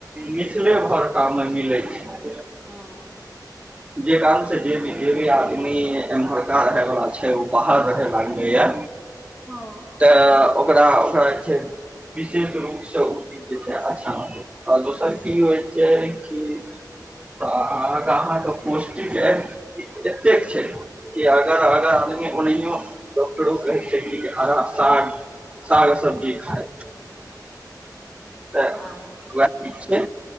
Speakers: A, on the right; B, in the centre.
A: मिथिले भरटा मे मिले छै
B: हँ।
A: जे काम से जे भी जे भी आदमी एमहरका रहै वला छै ओ बाहर रहे लागल ये
B: हँ।
A: तऽ ओकरा ओकरा जे छै विशेष रूपसँ ओ चीज जे छै, अच्छा। छै आ दोसर कि होइ छै कि अहाँकेँ अहाँकेँ पौष्टिक एतेक छै। आ ओ डक्टरो हरा साग, साग सब्जी ख तऽ
B: हँ
A: उएह छै